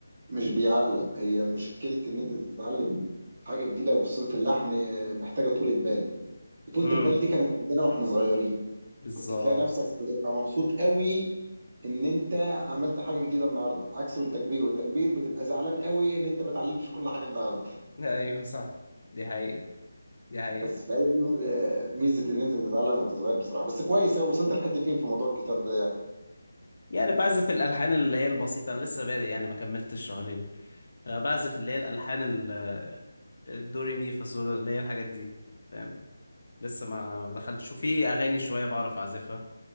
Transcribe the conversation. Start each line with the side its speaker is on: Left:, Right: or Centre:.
Right: مش بيعلق هي مشكله ان انت تتعلم حاجه جديده وفي صنف اللحن آه، محتاجه طولة بال وطولة
Left: امم
Right: البال دي كانت عندنا واحنا صغيرين
Left: بالظبط
Right: كنت تلاقي نفسك بتبقى مبسوط قوي ان انت عملت حاجه جديده النهارده عكس التكبير والتكبير بتبقى زعلان قوي ان انت ما اتعلمتش كل حاجه النهارده
Left: ايوه صح دي حقيقة دي حقيقة
Right: بس فهي دي آه، ميزه ان انت تتعلم وانت صغير بصراحه بس كويس قوي وصلت لحد فين في موضوع الجيتار ده يعني
Left: يعني بعزف الالحان اللي هي البسيطة انا لسه بادئ يعني ما كملتش شهرين آه، بعزف اللي هي الالحان ال- آه، الدوري مي فاصول اللي هي الحاجات دي فاهم لسه ما ما دخلتش وفي اغاني شويه بعرف اعزفها